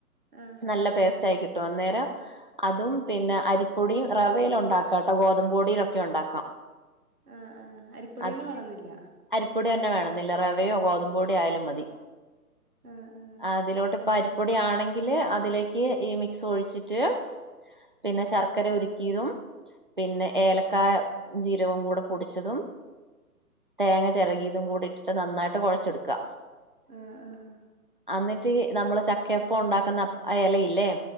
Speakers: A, on the right; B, on the right.
A: ആഹ
B: നല്ല പേസ്റ്റായിയി കിട്ടും അന്നേരം.. അതും പിന്നെ അരിപ്പൊടിയും റവയിലും ഉണ്ടാക്കാം കേട്ടോ ഗോതമ്പ് പൊടിയിലുംമോക്കെ ഉണ്ടാക്കാം.
A: ആഹ ആഹ അരിപ്പൊടിന്നെ
B: അത്
A: വേണന്നില്ല,
B: അരിപ്പൊടി തന്നെ വേണംന്നില്ല റവയോ ഗോതമ്പോ പൊടി ആയാലും മതി
A: ആഹ് ആഹ്
B: അതിലോട്ട്.. പരിപ്പൊടി ആണെങ്കില് അതിലേക്ക് ഈ മിക്സ് ഒഴിച്ചിട്ട്.. പിന്നെ ശർക്കര ഉരുക്കിയതും പിന്നെ ഏലക്കായ ജീരവും കൂടെ പൊടിച്ചതും.. തേങ്ങ ചെറകിയതും കൂടി ഇട്ടിട്ട് നന്നായിട്ട് കുഴച്ചെടുക്കാ..
A: ആഹ ആഹ
B: എന്നിട്ട് നമ്മള് ചക്കയപ്പം ഉണ്ടാക്കുന്ന ഇലയില്ലേ..